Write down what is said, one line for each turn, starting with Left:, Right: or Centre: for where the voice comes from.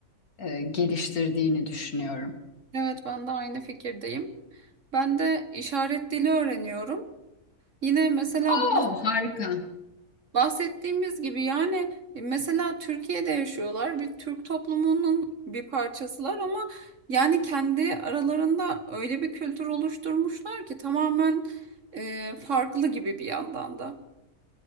Left: e, geliştirdiğini düşünüyorum.
Right: Evet ben de aynı fikirdeyim. Ben de işaret dili öğreniyorum. Yine mesela
Left: Oo,
Right: bu-
Left: harika.
Right: bahsettiğimiz gibi yani e, mesela Türkiye'de yaşıyorlar. Bir Türk toplumunun bir parçasılar ama yani kendi aralarında öyle bir kültür oluşturmuşlar ki tamamen e, farklı gibi bir yandan da.